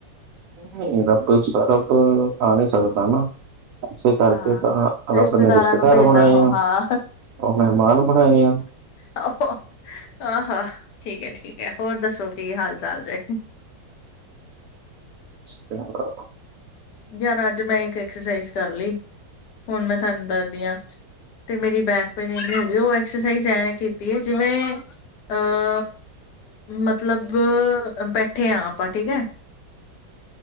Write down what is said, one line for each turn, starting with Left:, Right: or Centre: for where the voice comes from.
Right: ਨਹੀਂ ਰੱਬ ਸ ਰੱਬ, ਆ ਨਹੀਂ ਸਕਦਾ ਨਾ। ਇਸੇ ਕਰਕੇ
Left: ਹਾਂ,
Right: ਤਾਂ
Left: ਰਿਸ਼ਤੇਦਾਰਾਂ
Right: ਰੱਬ ਨੇ ਰਿਸ਼ਤੇਦਾਰ
Left: ਨੂੰ ਭੇਜਦਾ
Right: ਬਣਾਏ
Left: ਉਹ
Right: ਆ
Left: ਹਾਂ।
Right: ਉਹ ਮਹਿਮਾਨ ਬਣਾਏ ਆ।
Left: ਆਹੋ, ਆਹ ਹੋ, ਹਾ-ਹਾ। ਠੀਕ ਹੈ- ਠੀਕ ਹੈ, ਹੋਰ ਦੱਸੋ ਕੀ ਹਾਲ ਚਾਲ ਜੇ?
Right: ਅਛ
Left: ਯਾਰ ਅੱਜ ਮੈਂ ਇੱਕ ਐਕਸਰਸਾਈਜ਼ ਕਰ ਲਈ, ਹੁਣ ਮੈਂ ਤੁਹਾਨੂੰ ਦੱਸਦੀ ਹਾਂ। ਤੇ ਮੇਰੀ ਬੈਕਪੇਨ ਇੰਨੀ ਹੋ ਗਈ ਉਹ ਐਕਸਰਸਾਈਜ਼ ਐ ਕੀਤੀ ਹੈ ਜਿਵੇਂ ਅਹ, ਮਤਲਬ ਬੈਠੇ ਹਾਂ ਆਪਾਂ ਠੀਕ ਹੈ।